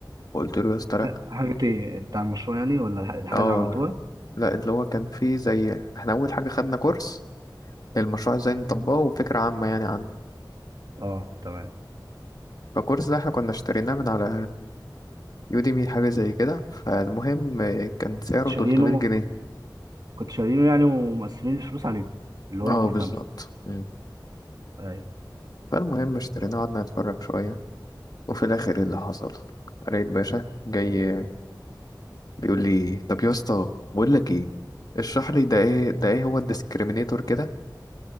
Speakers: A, on the left; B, on the right.
A: فقلت له يا اسطى لا
B: ح- حاجه ايه بتاع المشروع يعني ولا الح- الحاجه
A: اه
B: اللي عملتوها
A: لا اللي هو كان فيه زي احنا اول حاجه خدنا كورس المشروع ازاي نطبقه وفكره عامه يعني عنه
B: اه تمام
A: فالكورس ده احنا كنا اشتريناه من على يوديمي حاجه زي كده فالمهم كان سعره
B: كنت شارينه
A: 300 جنيه
B: كنت شارينه يعني ومقسمين الفلوس عليكم اللي هو
A: اه
B: انتوا
A: بالظبط
B: الخمسه
A: مم.
B: ايوه
A: فالمهم اشتريناه قعدنا نتفرج شويه وفي الاخر إيه اللي حصل لقيت باشا جاي بيقول لي طب يا اسطى بقول لك ايه اشرح لي ده ايه ده ايه هو الديسكريمينيتور كده